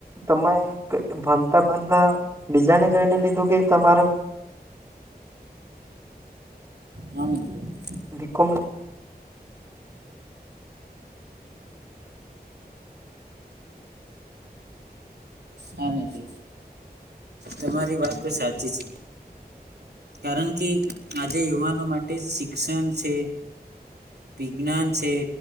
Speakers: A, on the right; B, on the right.
A: તમે ભનતા ભનતા બીજાને જોઈને લીધું કે તમારો
B: હા મિત્ર.
A: બી કોમ
B: હા મિત્ર તમારી વાત તો સાચી છે, કારણ કે આજે યુવાનો માટે શિક્ષણ સે, વિજ્ઞાન છે,